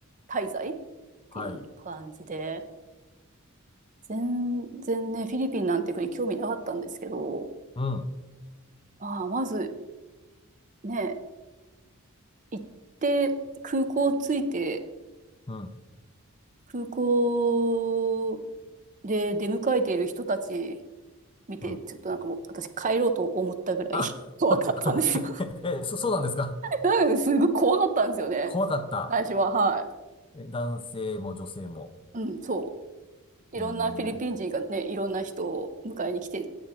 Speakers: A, on the right; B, on the left.
A: 滞在っていう感じで、
B: はい。
A: 全然ね、フィリピンなんて国興味なかったんですけど、
B: うん、
A: まあ、まずね、行って、空港着いて、
B: うん、
A: 空港で出迎えている人たち見て、
B: うん。
A: ちょっとなんかもう私帰ろうと思ったぐらい
B: あ、
A: <laughs> 怖かったんですよ。
B: <laughs> え、えそ、そうなんですか
A: <laughs> なんかすごい怖かったんですよね。
B: 怖かった。
A: 最初は、はい。
B: え、男性も女性も。
A: うん、そう。いろんなフィリピン人がね、
B: えー、
A: いろんな人を迎えに来て